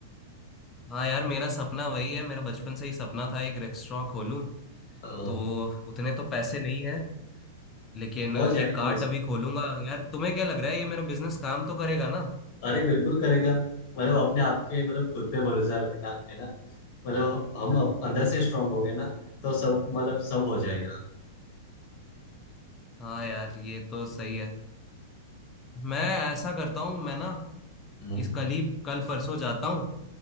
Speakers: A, on the left; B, on the left.
A: हाँ यार मेरा सपना वही है मेरा बचपन से ही सपना था एक रेस्टोरेंट खोलूं
B: हाँ,
A: तो उतने तो पैसे नहीं है लेकिन
B: हो
A: एक
B: जाएगा
A: कार्ट
B: उसमें
A: अभी खोलूंगा यार तुम्हें क्या लग रहा है ये मेरा बिजनेस काम तो करेगा ना
B: अरे बिल्कुल करेगा मतलब अपने आप के मतलब खुद पे भरोसा रखना है ना मतलब हम अप- अंदर से स्ट्रांग हो गए ना तो सब मतलब सब हो जाएगा
A: हाँ यार ये तो सही है मैं ऐसा करता हूँ मैं ना
B: हम्म
A: इस कल ही कल परसों जाता हूँ